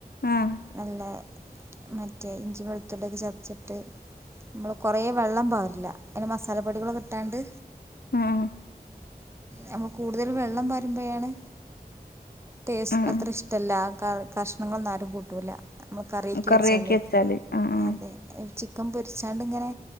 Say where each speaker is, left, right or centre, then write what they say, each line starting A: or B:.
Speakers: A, on the left; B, on the right.
A: ആഹ്
B: നല്ല മറ്റേ ഇഞ്ചി വെളുത്തടെൊക്കെ ചതച്ചിട്ട് നമ്മള് കൊറെേ വെള്ളം പാവില്ല ഇെ മസാലപ്പൊടികള കിട്ടാണ്ട്
A: ആഹ്
B: നമ്മൾ കൂടുതൽ വെള്ളം വരുമ്പോഴാണ് ടേസ്റ്റ്
A: ആഹ്
B: അത്ര ഇഷ്ടല്ല കണങ്ങളൊന്നും ആരും കൂട്ടൂല നമ്മ കറിക്ക്
A: കറിയാക്കി
B: വെച്ചാലേ
A: വെച്ചാല് ആഹ് ആഹ്
B: അതെ ക്ക പൊരിച്ചാണ്ട് ഇങ്ങനെ